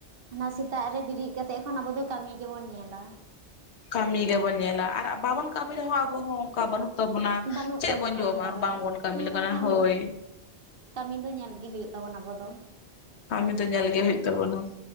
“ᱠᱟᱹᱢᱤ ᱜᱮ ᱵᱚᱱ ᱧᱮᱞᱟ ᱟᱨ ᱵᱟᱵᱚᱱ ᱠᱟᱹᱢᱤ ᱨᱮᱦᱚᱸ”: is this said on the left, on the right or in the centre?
Left